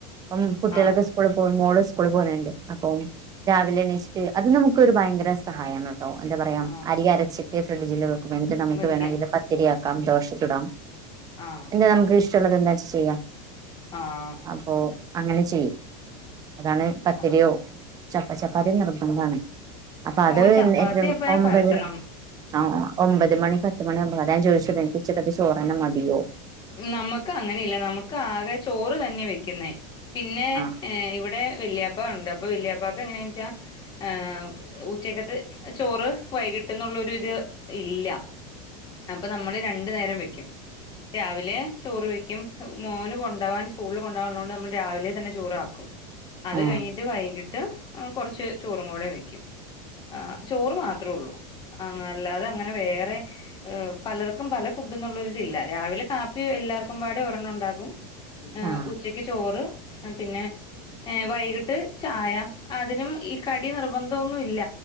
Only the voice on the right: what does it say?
പ്പം കുട്ടികളൊക്കെ
സ്കൂളിൽ പോവും മോള് ഉസ് സ്കൂള് പോന്നെ ഇണ്ട് അപ്പം രാവിലെ എണീച്ചിട്ട് അത് നമുക്കൊരു ഭയങ്കര സഹായാണ് എന്താ പറയാ
അരി അരച്ചി റ്റെ ഫ്രിഡ്ജില് വെക്കും ഞാന് വേണങ്കിൽ
പത്തിരിയാക്കാം ദോശ ചുടാം
എന്തെ <unintelligible> ടുള്ളത് എന്താച്ച് ചെയ്യാം
അപ്പോ അങ്ങനെ ചെയ്യും അതാണെ പത്തിരിയോ
ചപ്പ ചപ്പാത്തി നിർബന്ധാണെ അപ്പൊ അത്
എന് എത്ര
ഒമ്പതെര
ആഹ് ഒമ്പത് മണി പ പണിയാവുമ്പോ വരാ ഞാൻ ചോദിച്ചതെ എനിക്ക് ഉച്ചക്കത്തെ ചോറെന്നെ മതിയോ
ആ
ആ
ആ